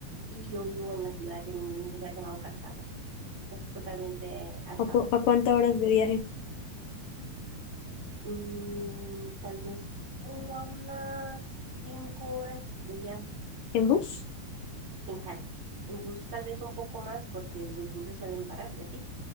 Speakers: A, on the right (about 30°); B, on the left (about 75°).
A: y yo vivo en la ciudad, en un lugar llamado Cartago. es totalmente alejado.
B: ¿A, cu- a cuántas horas de viaje?
A: Mm, tal vez como a unas cinco horas de viaje
B: ¿En bus?
A: en carro. En bus tal vez un poco más porque los buses suelen parar y así,